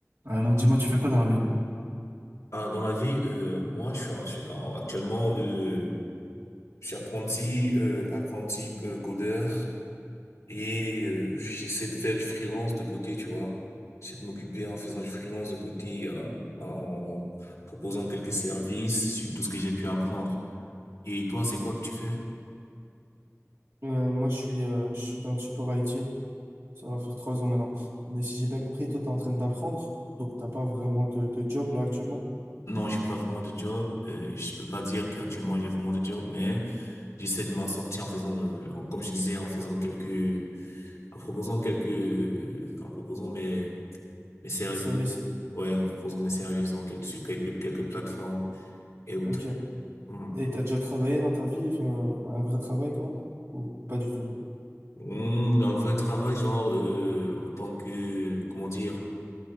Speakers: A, on the right; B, on the left.
A: Alors dis-moi, tu fais quoi dans la vie?
B: Ah, dans la vie, euh, moi, je suis, en- je suis en- actuellement, euh, je suis apprenti, euh, apprenti euh, codeur et euh, j'essaie de faire du freelance de côté, tu vois. J'essaie de m'occuper en faisant du freelance de côté, euh, en proposant quelques services sur tout ce que j'ai pu apprendre. Et toi, c'est quoi que tu fais?
A: Euh, moi, je suis, euh, je suis dans le support IT. Ça va faire trois ans maintenant. Mais si j'ai bien compris, toi, t'es en train d'apprendre. Donc, t'as pas vraiment de, de job là actuellement.
B: Non, j'ai pas vraiment de job. Euh, je peux pas dire qu'actuellement j'ai vraiment de job, mais j'essaie de m'en sortir en faisant, de, en- comme je disais, en faisant quelques, en proposant quelques, euh, en proposant mes mes services,
A: Service.
B: ouais, en proposant mes services donc et dessus quelques quelques plateformes et autres.
A: Ok.
B: Mhm.
A: Et t'as déjà travaillé dans ta vie, enfin, un vrai travail, quoi? Ou pas du tout?
B: Mm, un vrai travail, genre euh, en tant que comment dire,